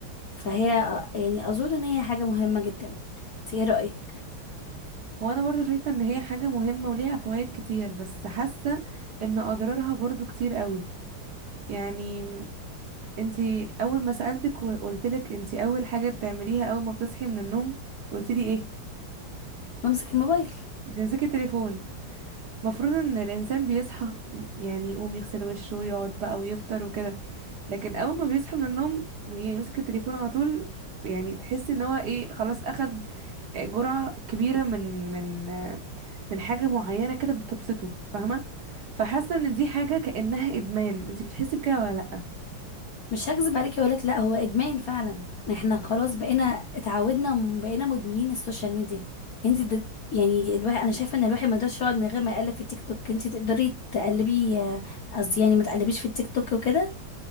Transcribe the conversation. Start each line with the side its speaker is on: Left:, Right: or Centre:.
Left: فهي آه، يعني اظن ان هي حاجة مهمة جدا انت ايه رأيك
Right: هو انا برضو شايفة ان هي حاجة مهمة وليها فوائد كتير بس حاسة ان اضرارها برضو كتير قوي يعني انت اول ما سألتك وقلتلك انت اول حاجة بتعمليها اول ما بتصحي من النوم قلتلي ايه
Left: بمسك الموبايل
Right: بتمسكي التليفون مفروض ان الانسان بيصحى يعني يقوم يغسل وشه ويقعد بقى ويفطر وكده لكن اول ما بيصحى من النوم ويمسك التليفون على طول يعني تحس ان هو ايه خلاص اخد جرعة كبيرة من من من حاجة معينة كده بتبسطه فاهمة فحاسة ان دي حاجة كأنها ادمان انت بتحسي بكده ولا لا
Left: مش هكذب عليكي واقول لك لا هو ادمان فعلا احنا خلاص بقينا اتعودنا م- بقينا مدمنين السوشيال ميديا انت د... يعني الواحد انا شايفه ان الواحد ما يقدرش يقعد من غير ما يقلب في التيك توك انت تقدري تقلبي آه، قصدي يعني ما تقلبيش في التيك توك وكده